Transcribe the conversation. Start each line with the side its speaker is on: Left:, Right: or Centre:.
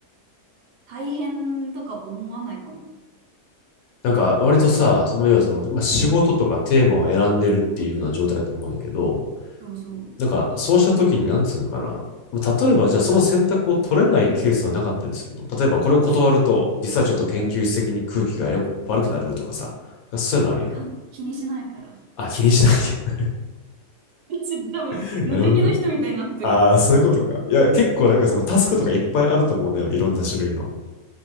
Right: 大変とか思わないかも。
Left: なんか、割とさ、その、要はその、まあ、仕事とかテーマを選んでるっていう風な状態だと思うんだけど、
Right: そうそう。
Left: なんか、そうした時に、なんつうんかな。まあ、例えば、じゃあ、その選択を取れないケースはなかったりするの例えば、これを断ると、実はちょっと研究室的に空気がよく悪くなるとかさ。そういうのあるやん。
Right: えかん気にしないから。<laughs>
Left: あ、気にしないけ
Right: 私多分無敵の人みたいになってる。
Left: ど <laughs> なるほどね。ああ、そういうことか。いや、結構なんかそのタスクとかいっぱいあると思うのよ。いろんな種類の。